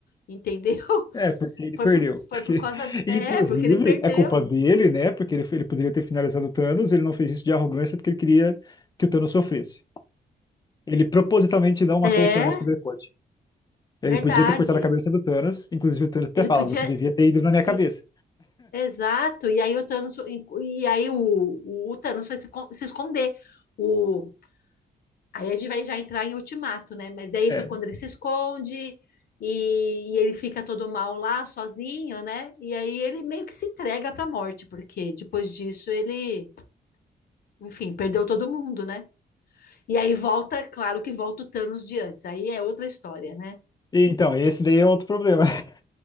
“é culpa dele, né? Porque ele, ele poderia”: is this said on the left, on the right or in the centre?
Left